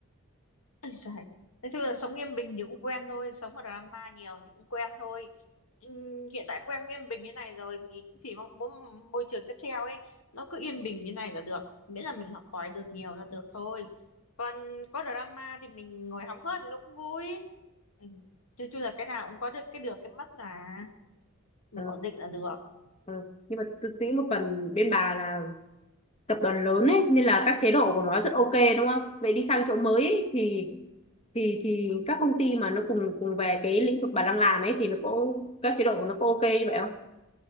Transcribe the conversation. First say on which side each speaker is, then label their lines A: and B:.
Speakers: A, on the left (about 80°); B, on the left (about 30°).
A: <laughs> Ôi giời. Nói chung là sống Yên Bình thì cũng quen thôi, sống ở drama nhiều thì cũng quen thôi. Ừm, hiện tại quen Yên Bình như này rồi thì cũng chỉ mong muốn môi trường tiếp theo ấy nó cứ yên bình như này là được, miễn là mình học hỏi được nhiều là được thôi. Còn có drama thì mình ngồi hóng hớt thì nó cũng vui. Ừ. Nói chung là cái nào cũng có được cái được cái mất là mình
B: Ờ,
A: ổn định là được.
B: ờ. nhưng mà tôi nghĩ một phần bên bà là tập đoàn lớn ấy nên là các chế độ của nó rất ok đúng không? Vậy đi sang chỗ mới ấy, thì thì thì các công ty mà nó cùng cùng về cái lĩnh vực bà đang làm ấy thì nó có các chế độ của nó có ok như vậy không?